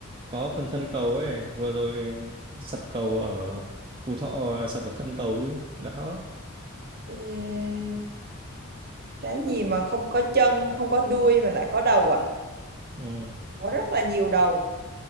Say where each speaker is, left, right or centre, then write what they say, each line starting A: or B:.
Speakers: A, on the right; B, on the right.
A: có phần thân cầu ấy vừa rồi sập cầu ở Phú Thọ là sập ở thân cầu chứ đó
B: Ê, cái gì mà không có chân không có đuôi mà lại có đầu à
A: ừ,
B: có rất là nhiều đầu